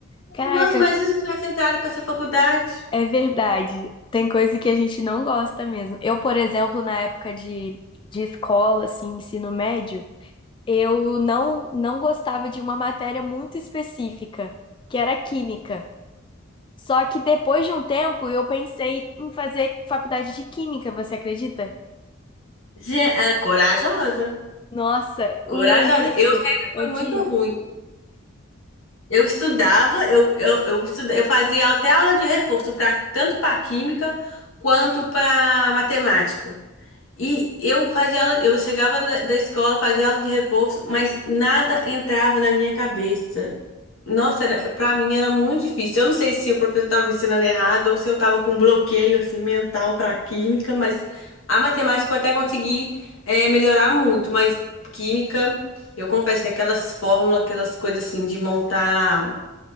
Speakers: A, on the left; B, on the left.
A: Caraca,
B: Nossa, mas e se eu tivesse entrado para essa faculdade?
A: é verdade. Tem coisa que a gente não gosta mesmo. Eu, por exemplo, na época de, de escola, assim, ensino médio, eu não não gostava de uma matéria muito específica, que era química. Só que depois de um tempo eu pensei em fazer faculdade de química, você acredita?
B: Ge- é, corajosa.
A: Nossa, o-
B: Corajosa.
A: no início,
B: Eu sempre
A: odia.
B: fui muito ruim. Eu estudava, eu, eu, eu, estuda- eu fazia até aula de reforço, pra, tanto para química quanto para matemática. E eu fazia aula, eu chegava na- da escola, fazia aula de reforço, mas nada entrava na minha cabeça. Nossa, era, para mim era muito difícil. Eu não sei se o professor estava me ensinando errado ou se eu estava com um bloqueio assim mental para química, mas a matemática eu até consegui eh, melhorar muito, mas química, eu confesso que aquelas fórmulas, aquelas coisas assim de montar,